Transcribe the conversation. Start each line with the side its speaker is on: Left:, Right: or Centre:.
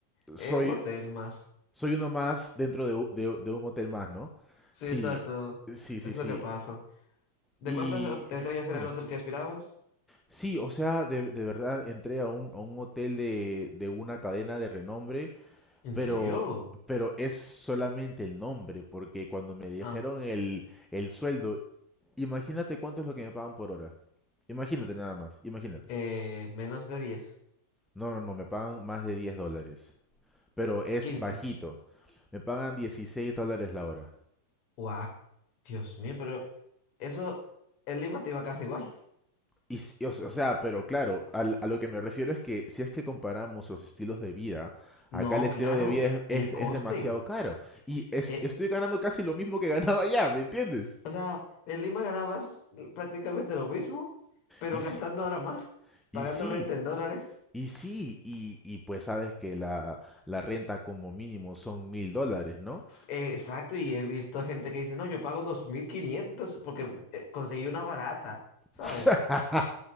Left: eh,
Centre: Soy,
Left: un hotel más.
Centre: soy uno más dentro de, u- de u- de un hotel más, ¿no?
Left: Sí,
Centre: Sí,
Left: exacto.
Centre: sí, sí,
Left: Es lo
Centre: sí.
Left: que pasa. ¿De
Centre: Y
Left: cuántas o- estrellas era
Centre: dime,
Left: el hotel que aspirabas?
Centre: sí, o sea, de, de verdad entré a un, a un hotel de, de una cadena de renombre
Left: ¿En
Centre: Pero,
Left: serio?
Centre: pero es solamente el nombre, porque cuando me dijeron
Left: Ah,
Centre: el, el sueldo, imagínate cuánto es lo que me pagan por hora. Imagínate nada más, imagínate.
Left: eh, menos de diez,
Centre: No, no, no, me pagan más de 10 dólares, pero es
Left: quince.
Centre: bajito. Me pagan 16 dólares la hora.
Left: Guau, Dios mío, pero eso, el Lima te iba casi igual.
Centre: Y, si- o, s- o sea, pero claro, al- a lo que me refiero es que si es que comparamos los estilos de vida, acá
Left: No,
Centre: el estilo
Left: claro,
Centre: de vida es,
Left: el coste.
Centre: es- es demasiado caro. Y es-
Left: Eh,
Centre: estoy ganando casi lo mismo que ganaba allá, ¿me entiendes?
Left: O sea, en Lima ganabas prácticamente lo mismo, pero
Centre: Y
Left: gastando
Centre: sí,
Left: ahora más,
Centre: y
Left: pagando
Centre: sí,
Left: renta en dólares.
Centre: Y sí, y, y pues sabes que la, la renta como mínimo son mil dólares, ¿no?
Left: S- eh, exacto, y he visto gente que dice, no, yo pago 2.500 porque eh, conseguí una barata, ¿sabes?
Centre: <laughs>